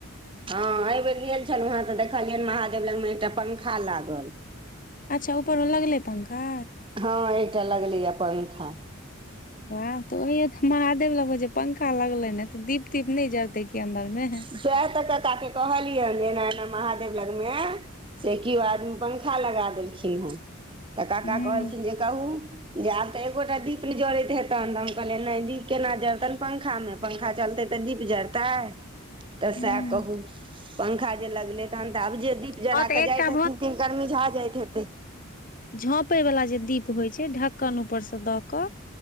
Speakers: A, on the right; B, on the left.
A: हँ एहि बेेर गेल छलहु हेँ तऽ देखलियनि महादेव लग मऽ एकटा पंखा लागल।
B: अच्छा ऊपरमे लगलै पंखा।
A: हँ एकटा लगलैय पंखा।
B: वाह तऽ ओहिऽ महादेव लगमे जे छै पंखा लगले ने तऽ दीप तीप नहि जरते की अंन्दर में है।
A: सेहे तऽ ककाके कहलिय एना एना महादेव लगमे से केओ आदमी पंखा लगा देलखिन हेँ तऽ काका
B: हूँ
A: कहलखिन जे कहू जे आब तऽ एकोटा दीप ने जड़ैत हेतनि तऽ हम कहलियै नहि दीप केना जड़तनि पंखा मे पंखा चलते तऽ दिप जरतैऐ। तऽ
B: हूँ
A: सेहे कहु पंखा जे लगलै तहन तऽ आब जे दीप जरा
B: हँ तऽ
A: कऽ
B: एकटा
A: जाइत हेथिन तिनकर मिझा जाइत हेतै।
B: झाँपयवला जे दीप होइछै ढक्कन ऊपरसँ दऽ कऽ